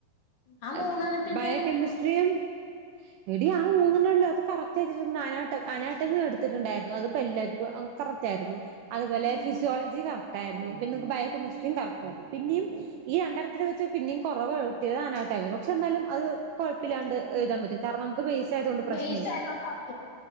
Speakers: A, on the left; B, on the right.
A: ആ
B: അത്
A: മൂന്നെണ്ണത്തിൽ
B: ബയോ
A: തന്നെ
B: കെമിസ്ട്രിയും എടി ആ മൂന്നെണ്ണല്ലേ അത് കറക്റ്റ് എഴ്തിട്ടുണ്ട്. അനാട്ട അനാട്ടമി എട്ത്തിട്ട്ണ്ടായിരുന്നു. അത് പ്പെല്ലാര്ക്കും അ കറക്റ്റായിരുന്നു. അതുപോലെ ഫിസിയോളജി കറക് ട്ടായിരുന്നു. പിന്നെൻക്ക് ബയോ കെമിസ്ട്രിയും കറക്റ്റായിരുന്നു. പിന്യും ഈ രണ്ടണത്തില് വെച്ച് പിന്യും കൊറവ് കിട്ടിയത് അനാ <unintelligible> പക്ഷേ എന്നാലും അത് കുഴപ്പില്ലാണ്ട് എഴുതാൻ പറ്റും കാരണം നമ്മക്ക് ബേസ് ആയതൊണ്ട് പ്രശ്നമില്ല
A: ബേസ് ആയതോണ്ട് ഓക്കെ